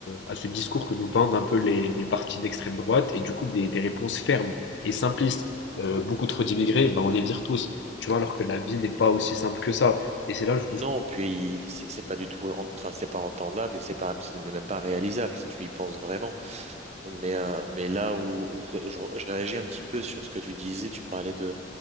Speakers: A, on the left; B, on the right.
A: à ce discours que nous vendent un peu les, les partis d'extrême droite et du coup des, des réponses fermes et simplistes. Euh, beaucoup trop d'immigrés, ben, on les vire tous. Tu vois, alors que la vie n'est pas aussi simple que ça. Et c'est là que je vous
B: Non, puis c'est c'est pas du tout, en- enfin c'est pas entendable et c'est pas, ce n'est même pas réalisable si tu y penses vraiment. Mais euh, mais là où, où je, je réagis un petit peu sur ce que tu disais, tu parlais de